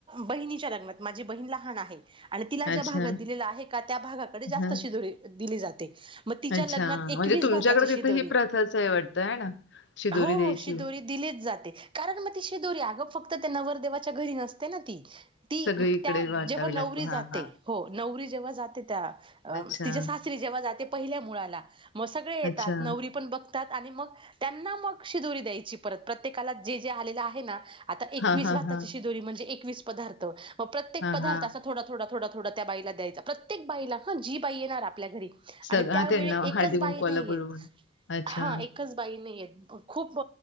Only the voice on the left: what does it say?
अच्छा.
हां.
अच्छा.
म्हणजे तुमच्याकडे
तिथे ही प्रथाच आहे वाटतं आहे ना? शिदोरी
द्यायची.
सगळीकडे
वाटावी
लागते.
हां, हां.
अच्छा.
अच्छा.
हां, हां,
हां.
हां,
हां.
सग
हां त्यांना
हळदी कुंकवाला
बोलवून.
अच्छा.